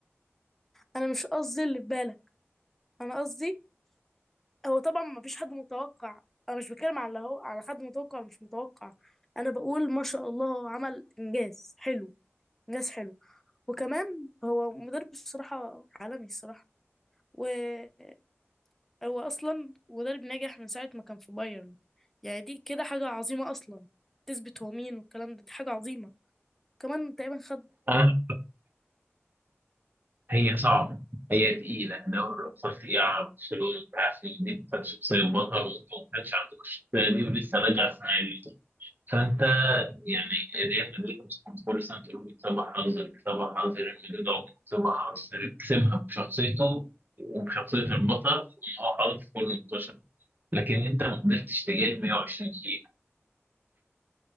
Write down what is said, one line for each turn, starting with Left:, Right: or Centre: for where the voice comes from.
Centre: انا مش قصدي اللي في بالك انا قصدي هو طبعا ما فيش حد متوقع انا مش بتكلم على اللي هو على حد متوقع ولا مش متوقع انا بقول ما شاء الله هو عمل انجاز حلو انجاز حلو وكمان هو مدرب الصراحه عالمي الصراحه وهو اصلا مدرب ناجح من ساعه ما كان في بايرن يعني دي كده حاجه عظيمه اصلا تثبت هو مين والكلام ده دي حاجه عظيمه كمان تقريبا خد
Right: أنا- هي صعبه هي تقيله دوري الابطال تقيله على برشلونه انت عارف ان دي كانت شخصيه بطل وانت ما كانش عندك الشخصيه دي ولسه راجع السنه دي فانت يعني ريال مدريد مش كل سنه تقول بيكسبها حظ بيكسبها حظ ريال مدريد عمره ما كسبها حظ كسبها بشخصيته وبشخصيه البطل ان هو حاطط في كل ماتش لكن انت ما قدرتش تجيب 120 دقيقه